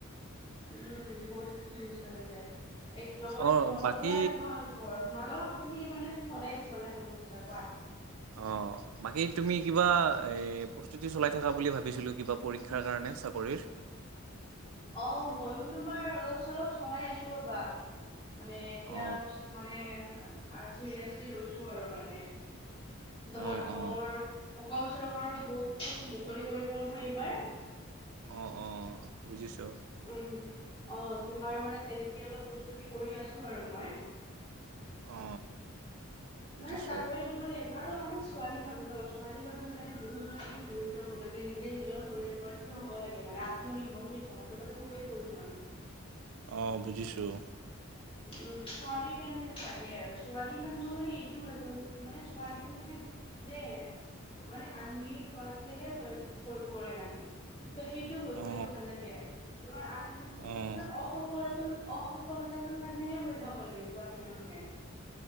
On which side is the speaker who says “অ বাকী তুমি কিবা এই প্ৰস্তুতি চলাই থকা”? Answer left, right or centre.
Right